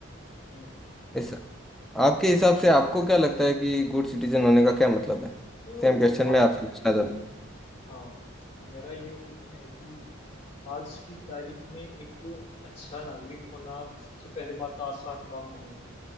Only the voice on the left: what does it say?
हम्म,
ओके।
देखो
आज
की
हाँ मेरा ये ओपिनियन है कि आज की तारीख में एक अच्छा नागरिक होना सबसे पहले बात तो आसान काम नहीं है